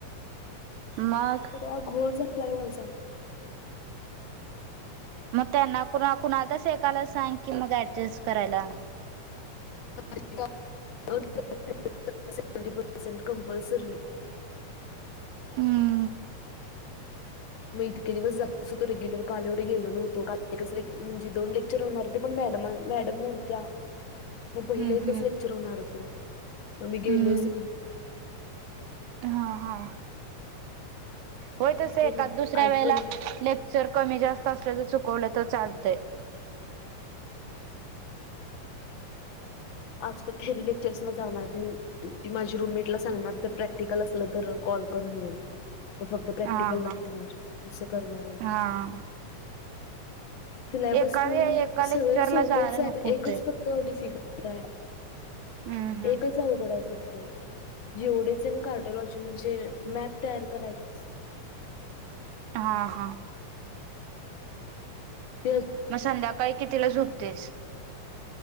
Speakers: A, on the right; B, on the left.
A: मग.
B: तर घोळ झालाय माझा.
A: मग त्यांना कुणा कुणा आताच ऐकाला सांग की मग ऍडजस्ट करायला.
B: <inaudible>
A: हम्म.
B: मग इतके दिवस जात होतो रेग्युलर काल एवढे गेलो न्हवती काल एकच म्हणजे दोन लेक्चर. <inaudible> पण मॅडम मॅडम नव्हत्या. मग पहिला
A: हम्म
B: एकच
A: हम्म
B: लेक्चर होणार होतो मग मी
A: हम्म
B: गेलोच नाही.
A: हा हा. होय
B: आज
A: तस एका
B: गेलो
A: दुसऱ्या
B: आज
A: वेळेला
B: पण
A: लेक्चर कमी जास्त असल्या तर चुकवलं तर चालतं.
B: आज पण घरी लेक्चर्स मग जाणार मी. माझी रूमेटला सांगणार प्रॅक्टिकल असलं तर कॉल कर म्हणून फक्त. प्रॅक्टिकल
A: हा हा
B: न अस करणार आहे.
A: हा
B: सिलिबस
A: एका
B: पण
A: वेळ एका लेक्चरला
B: सगळे सोपेच
A: जायला नको
B: एकच
A: होतय.
B: फक्त. तो डिफिकल्ट आहे
A: हम्म हम्म
B: एकच अवघड आहे फक्त. जेवढेचन कार्टलॉजी म्हणजे मॅप तयार करायच.
A: हा हां.
B: ते
A: मग संध्याकाळी कितीला झोपतेस.